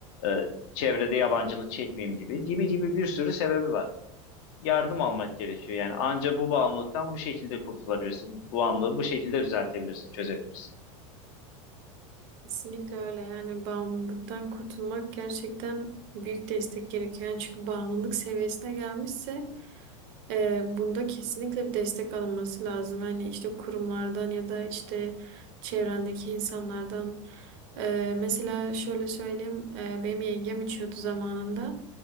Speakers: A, on the left; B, on the right.
A: e, çevrede yabancılık çekmeyeyim gibi gibi gibi bir sürü sebebi var. Yardım almak gerekiyor yani anca bu bağımlılıktan bu şekilde kurtulabilirsin. Bu bağımlılığı bu şekilde düzeltebilirsin, çözebilirsin.
B: Kesinlikle öyle. Yani bağımlılıktan kurtulmak gerçekten büyük destek gerekiyor. Yani çünkü bağımlılık seviyesine gelmişse ee, bunda kesinlikle bir destek alınması lazım. Hani işte kurumlardan ya da işte çevrendeki insanlardan. Ee, mesela şöyle söyleyeyim, ee, benim yengem içiyordu zamanında.